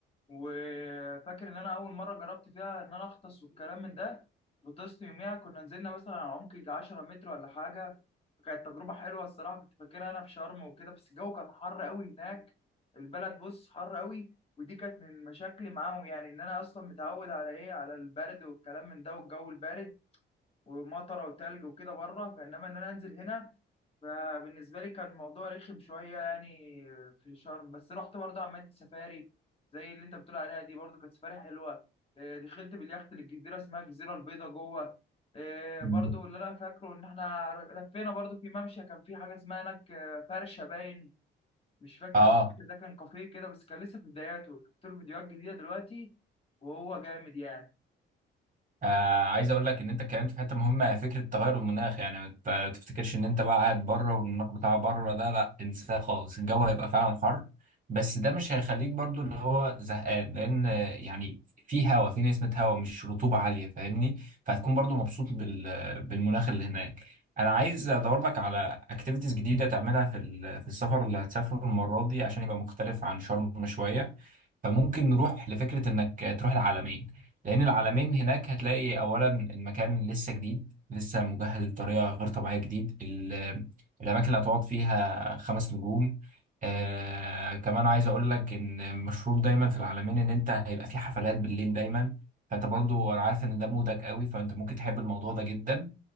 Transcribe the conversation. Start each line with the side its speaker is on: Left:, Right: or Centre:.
Left: وفاكر ان انا اول مره جربت فيها ان انا اغطس والكلام من ده غطست يوميها كنا نزلنا مثلا على عمق يجي 10 متر ولا حاجه كانت تجربه حلوه الصراحه كنت فاكرها انا في شرم وكده بس الجو كان حر قوي هناك البلد بص حر قوي ودي كانت من مشاكلي معاهم يعني ان انا اصلا متعود على ايه على البرد والكلام من ده والجو البارد ومطره وتلج وكده بره فانما ان انا انزل هنا فبالنسبة لي كان الموضوع رخم شوية يعني في شرم بس رحت برضه عملت سفاري زي اللي انت بتقول عليها دي برضه كانت سفاري حلوة آه، دخلت باليخت للجزيرة اسمها الجزيرة البيضاء جوه آه،
Right: مم.
Left: برضه اللي انا فاكره ان احنا لفينا برضه في ممشى كان في حاجة اسمها هناك آه، فرشة باين مش فاكر
Right: اه
Left: الفرش ده كان كافيه كده بس كان لسه في بداياته شفت له فيديوهات جديدة دلوقتي وهو جامد يعني
Right: آه، عايز اقول لك ان انت اتكلمت في حته مهمه فكره تغير المناخ يعني ما ت- تفتكرش ان انت بقى قاعد بره والمناخ بتاع بره ده لا انساه خالص الجو هيبقى فعلا حر بس ده مش هيخليك برضو اللي هو زهقان لان آه، يعني في هوا في نسمه هوا مش رطوبه عاليه فاهمني فهتكون برضو مبسوط بال بالمناخ اللي هناك انا عايز ادور لك على اكتيفيتيز جديده تعملها في ال- في السفر اللي هتسافره المره دي عشان يبقى مختلف عن شرم شويه فممكن نروح لفكره انك تروح العلمين لأن العلمين هناك هتلاقي أولا المكان لسه جديد لسه مجهز بطريقة غير طبيعية جديد ال- الأماكن اللي هتقعد فيها خمس نجوم آه كمان عايز أقول لك إن مشهور دايما في العلمين إن أنت هيبقى في حفلات بالليل دايما فأنت برضو أنا عارف إن ده مودك قوي فأنت ممكن تحب الموضوع ده جدا